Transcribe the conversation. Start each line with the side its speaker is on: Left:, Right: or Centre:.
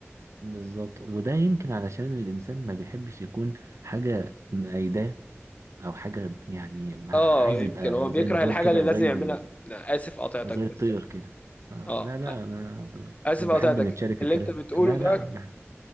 Right: بالظبط وده يمكن علشان الإنسان ما بيحبش يكون حاجة مأيداه أو حاجة يعني ما-
Left: اه
Right: عايز
Left: يمكن
Right: يبقى
Left: هو بيكره
Right: زي ما تقول
Left: الحاجة
Right: كده
Left: اللي لازم
Right: زي
Left: يعملها
Right: ال...
Left: لا، آسف قطعتك
Right: زي الطير
Left: بس
Right: كده آه
Left: اه
Right: لا لا أنا
Left: آسف
Right: أنا بحب
Left: قطعتك
Right: نتشارك
Left: اللي
Right: الكلام
Left: انت بتقوله
Right: لا
Left: ده
Right: لا